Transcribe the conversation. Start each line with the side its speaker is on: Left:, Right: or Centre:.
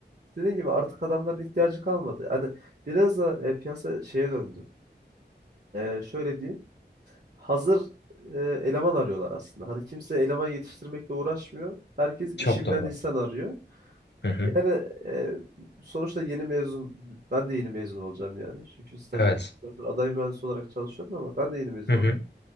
Right: Dediğim gibi artık adamların ihtiyacı kalmadı. Hani biraz da e, piyasa şeye döndü. E, şöyle diyeyim, hazır e, eleman arıyorlar aslında. Hani kimse eleman yetiştirmekle uğraşmıyor. Herkes
Left: Çok
Right: işi bilen
Left: doğru.
Right: insan arıyor.
Left: Hı hı.
Right: Yani e, sonuçta yeni mezun, ben de yeni mezun olacağım yani. Çünkü stajım
Left: Evet.
Right: bittikten sonra aday mühendis olarak çalışıyorum ama ben de yeni mezun
Left: Hı
Right: olacağım.
Left: hı.